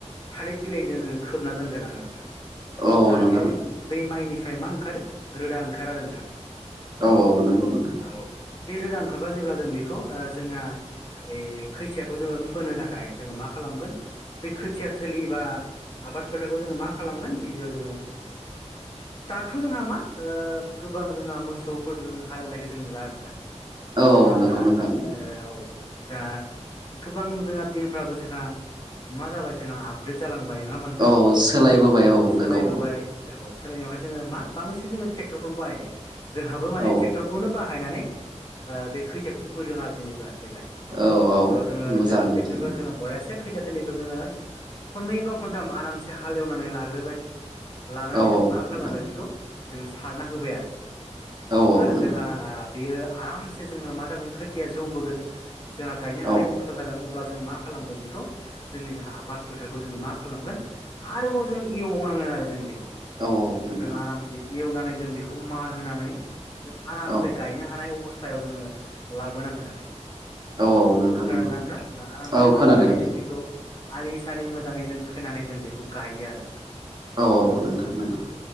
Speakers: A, on the left; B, on the right.
A: थालिद बिलाइजों जोङो खोबना दोनगोन आरो नोंथां।
B: औ
A: जाहाथे
B: नोंथां
A: बै माइनिफ्राय मा खारो रोदा ओंखार आरो नोंथां।
B: औ औ नंगौ नोंथां।
A: औ औ बे रोदा ओंखारबा जेब्ला जों बेखौ ओ जोंना ए खोथियाखौ जोङो फोनो थाखाय जोङो मा खालामगोन बे खोथिया थोलि बा आबाद फोथारखौ जोङो मा खालामगोन गिबियाव जोङो। दाथ' जोंहा मा ओ गोबां जोंहा मोसौफोरजों हालेवनायखौ जों नुला आरो नोंथां। जोंहा
B: औ नंगौ
A: दा
B: नोंथां
A: ओ औ। जोंहा गोबां जोंहा दिनफ्राबो जोंहा मा जाबाय जोंहा आपग्रेड जालां बायोना मोनथां
B: औ सोलायबोबाय
A: औ सोलायबोबाय
B: नंगौ
A: औ सोलायनायावहाय जोङो मा बांसिन जोङो ट्रेक्टरखौनो बाहायो। जोंहाबो माने
B: औ
A: ट्रेक्टरखौनो बाहायनानै ओ बे खैथियाखौ फोदों आरो दिनैबार देग्लाय
B: औ औ
A: ओ जोङो
B: मोजाङानो
A: देथ ट्रेक्टरखो
B: थिग
A: जोङो बयासे खोथिया थिलिखो जोङो खनै बा खनथाम आरामसे हालेवनानै लाग्रोबाय। लानानै
B: औ नोंथां
A: जों मा खालामबाय बेखौ जोङो सारना होबाय आरो।
B: औ औ
A: ओ
B: नोंथां
A: जेब्ला ओ बेयो आरामसे जोङो मा जागोन खोथिया जौबोगोन। जोहा गायनो हानाय
B: औ
A: अबस्था जागोन। अब्ला जोङो मा खालामोन बेखौ जोंनि जों आबाद फोथारखौ जोङो मा खालामगोन आरोबाव जों एवबाव नां आरो जों बेखौ
B: औ नोंथां
A: जों आरामसे एवनानै जों बेखौ मार होनानै जों आरामसे
B: औ
A: गायनो हानाय अबस्थायाव जोंङो लाबोनांगोन आरो।
B: औ औ नोंथां
A: खोनादोना
B: नंगौ
A: नोंथां आरामसे
B: औ खोनादों
A: लाबोनानै
B: नोंथां
A: जों बेखौ आलि सालि मोजाङै जों खोनानै जों बेखौ गायो आरो नोंथां।
B: औ औ नोंथां नोंगौ।
A: औ